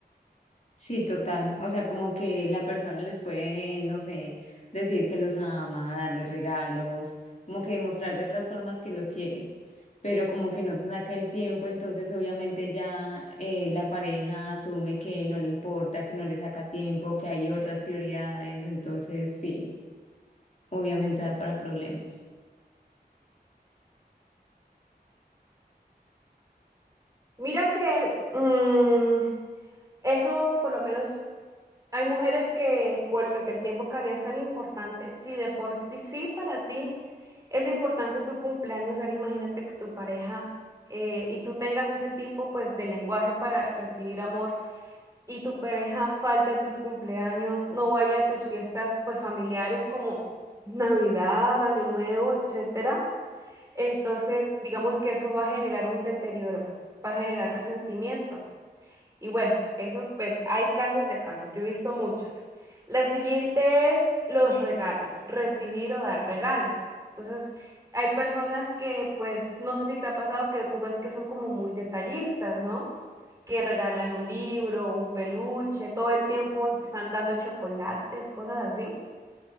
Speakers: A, on the left; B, on the right.
A: Sí, total. O sea, como que la persona les puede, no sé, decir que los ama, darle regalos, como que demostrar de otras formas que los quiere, pero como que no se saca el tiempo, entonces obviamente ya eh, la pareja asume que no le importa, que no le saca tiempo, que hay otras prioridades, entonces sí, obviamente da para problemas.
B: Mira que mm, eso por lo menos Hay mujeres que, por lo que el tiempo de calidad es tan importante, si de por ti, sí para ti es importante tu cumpleaños, ahora imagínate que tu pareja eh, y tú tengas ese tipo pues de lenguaje para recibir amor y tu pareja falte a tus cumpleaños, no vaya a tus fiestas pues familiares como Navidad, Año Nuevo, etcétera. Entonces, digamos que eso va a generar un deterioro, va a generar resentimiento. Y bueno, eso pues hay casos de casos, yo he visto muchos. La siguiente es los regalos, recibir o dar regalos. Entonces, hay personas que pues no sé si te ha pasado que tú ves que son como muy detallistas, ¿no? Que regalan un libro, un peluche, todo el tiempo están dando chocolates, cosas así.